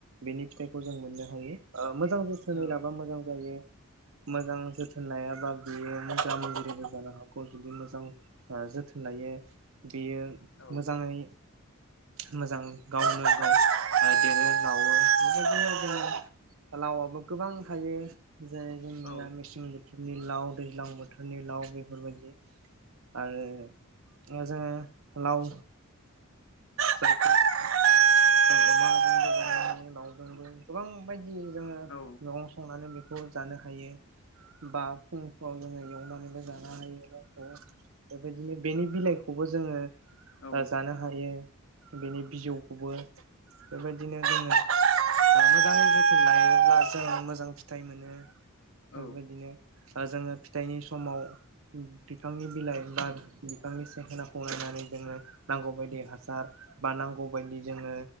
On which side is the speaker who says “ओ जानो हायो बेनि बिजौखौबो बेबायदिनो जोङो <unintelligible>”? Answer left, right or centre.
Right